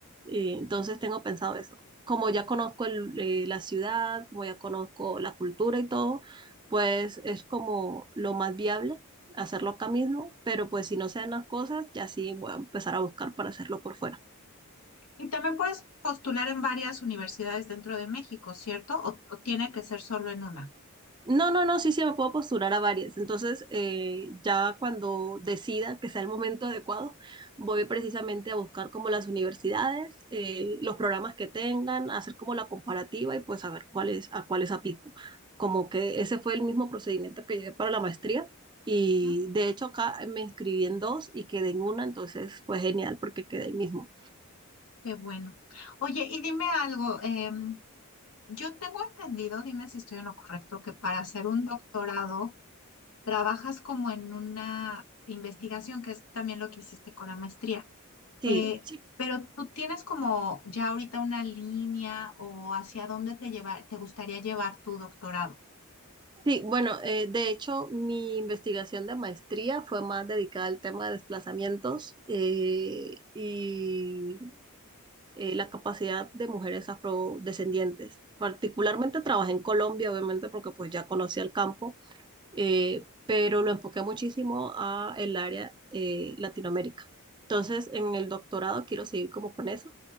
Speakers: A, on the right; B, on the left.
A: Eh, entonces tengo pensado eso. Como ya conozco el- eh, la ciudad, como ya conozco la cultura y todo, pues es como lo más viable hacerlo acá mismo, pero pues si no se dan las cosas, ya sí voy a empezar a buscar para hacerlo por fuera.
B: Y también puedes postular en varias universidades dentro de México, ¿cierto? O, o tiene que ser solo en una.
A: No, no, no, sí, sí, me puedo postular a varias. Entonces, eh, ya cuando decida que sea el momento adecuado, voy precisamente a buscar como las universidades, eh, los programas que tengan, hacer como la comparativa y pues saber cuáles, a cuáles aplico. Como que ese fue el mismo procedimiento que llevé para la maestría. Y
B: ¿Mm?
A: de hecho acá me inscribí en dos y quedé en una, entonces fue genial porque quedé ahí mismo.
B: Qué bueno. Oye, y dime algo, em, yo tengo entendido, dime si estoy en lo correcto, que para hacer un doctorado trabajas como en una investigación, que es también lo que hiciste con la maestría.
A: Sí,
B: Eh,
A: sí,
B: pero tú tienes como ya ahorita una línea o hacia dónde te llevar, te gustaría llevar tu doctorado.
A: Sí, bueno, eh, de hecho, mi investigación de maestría fue más dedicada al tema de desplazamientos eh, y eh, la capacidad de mujeres afrodescendientes. Particularmente trabajé en Colombia, obviamente, porque pues ya conocía el campo eh, pero lo enfoqué muchísimo a el área eh, Latinoamérica. Entonces, en el doctorado quiero seguir como con eso,